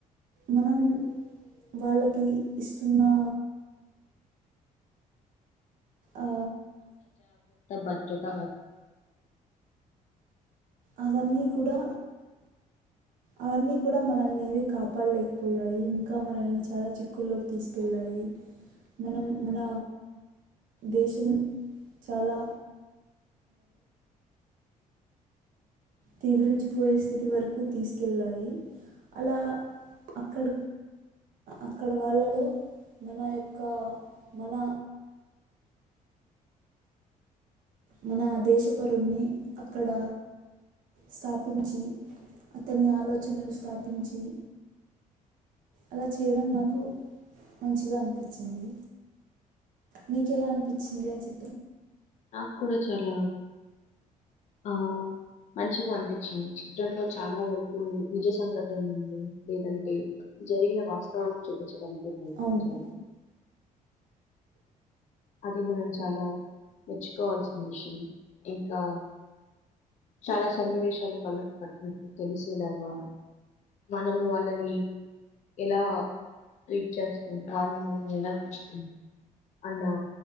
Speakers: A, on the right; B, on the left.
A: మనం వాళ్ళకి ఇస్తున్నా ఆ,
B: బాధ్యత
A: అవన్నీ కూడా అవన్నీ కూడా మనల్ని కాపా ప్పడలేకపోయాయి ఇంకా మనల్ చాలా చి స్కుల్లోకి తీసుకెళ్ళాయి మనం మన దేశం చాలా తీవ్రించిపోయే స్థితి వరకు తీసుకెళ్ళాయి అలా అక్కడ అక్కడ వాళ్ళలో మన యొక్క మన మన దేశపరు్ని అక్కడ స్థాపించి అతని ఆలోచనలు స్థాపించి అలా చేయడం నాకు మంచిగా అనిపించింది మీకు ఎలా అనిపించింది ఆ చి
B: నాకు కూడా చాలా ఆ మంచిగా అనిపించింది, చిత్రంలో చాలా వరకు నిజ సంఘటనలు లేదంటే జరిగిన వాస్తవాలను చూపించడం. మెప్పించారు
A: అవును
B: అది మనం చాలా మెర్చ్చుకోవాల్సిన విషయం ఇంకా చాలా సన్నివేశాలు కళ్ళకు కట్టినట్టు తెలిసేలాగా మనము వాళ్ళని ఎలా ట్రీట్ చేస్తాం వాళని మనం ఎలా చూస్తాం అలా